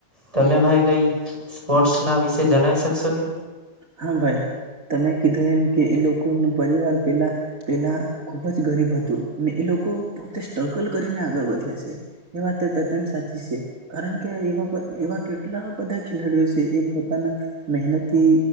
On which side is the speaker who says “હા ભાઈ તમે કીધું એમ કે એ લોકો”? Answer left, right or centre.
Right